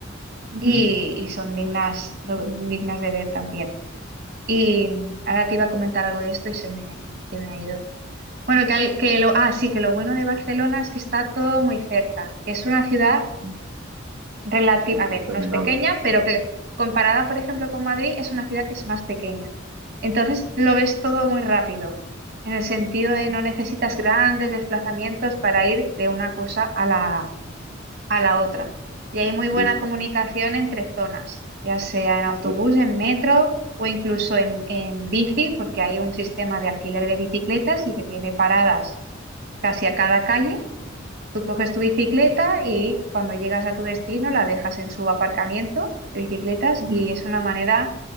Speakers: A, on the right (about 70°); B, on the right (about 55°).
A: Ujú.
B: y, y son dignas, do- dignas de ver también. Y ahora te iba a comentar algo de esto y se me, se me ha ido. Bueno, que, al- que lo, ah, sí, que lo bueno de Barcelona es que está todo muy cerca, que es una ciudad
A: Ujú.
B: relativa,
A: Súper
B: a ver,
A: caminable.
B: no es pequeña, pero que comparada, por ejemplo, con Madrid, es una ciudad que es más pequeña. Entonces, lo ves todo muy rápido, en el sentido
A: Ujú.
B: de no necesitas grandes desplazamientos para ir de una cosa a la, a la otra. Y hay muy buena
A: Sí,
B: comunicación entre zonas, ya sea en autobús,
A: sí.
B: en metro o incluso en en bici, porque hay un sistema de alquiler de bicicletas y que tiene paradas casi a cada calle. Tú coges tu bicicleta y cuando llegas a tu destino la dejas en su aparcamiento de bicicletas
A: Ujú.
B: y es una manera